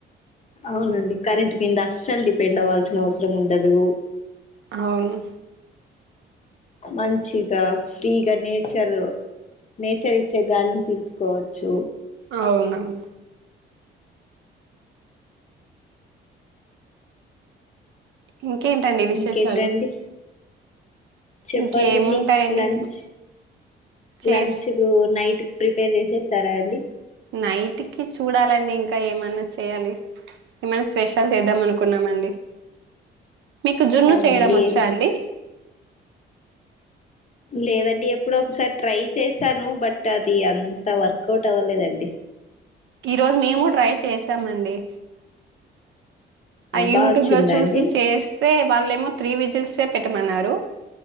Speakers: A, on the left; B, on the right.
A: అవునండి కరెంట్ కింద అస్సలు డిపెండ్ అవ్వాల్సిన అవసరం ఉండదూ.
B: అవును
A: మంచిగా ఫ్రీగా నేచరు నేచర్ ఇచ్చే గాలిని పీల్చుకోవచ్చు.
B: అవునవును ఇంకేంటండి విశేషాలు
A: ఇంకేంటండి చెప్పాలండి
B: ఇంకేముంటాయండి
A: లంచ్
B: చేస్
A: లంచు కూ నైట్కి ప్రిపేర్ చేసేశారా అండి.
B: నైట్కి చూడాలండి ఇంకా ఏమన్నా చెయ్యాలి. ఏమన్నా స్పెషల్ చేద్దాం అనుకున్నామ్ అండి. మీకు జున్ను
A: అవునండి
B: చేయడం వచ్చా
A: ఏం
B: అండి.
A: లేదండి ఎప్పుడో ఒకసారి ట్రై చేశాను బట్ అది అంత వర్కౌట్ అవ్వలేదండి.
B: ఈ రోజు మేము ట్రై చేశామండి. ఆ యూట్యూబ్
A: బాగా వచ్చిందా
B: లో చూశి
A: అండి
B: చేస్ స్తే వాళ్ళేమో త్రీ విజిల్సే పెట్టమన్నారు